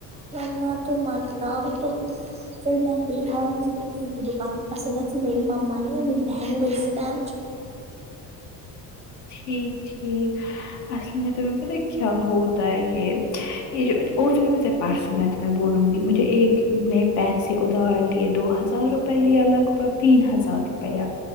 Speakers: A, on the right (about 20°); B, on the left (about 55°).
A: ورنہ تو مت لاؤ تو پھر میں نے دیکھا مجھے تو ایک ہی دکان پے پسند ہے پھر میری مما نے اور میر بھن <unintelligible>
B: ٹھیک ٹھیک اصل میں تمہیں پتا کیا ہوتا ہے یہ یہ جو اور تمہیں پتا پرسوں میں تو میں بولوں گی مجھے ایک نے پیسے ادھار لیے دو ہزار روپے لیا لگ بھگ تین ہزار روپیہ